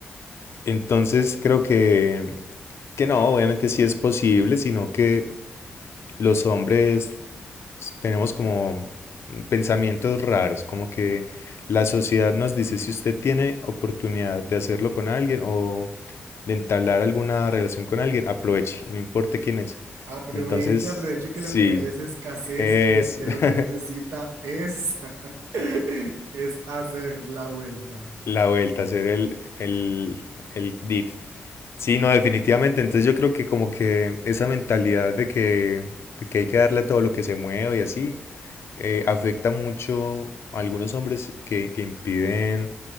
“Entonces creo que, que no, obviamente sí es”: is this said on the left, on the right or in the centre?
Left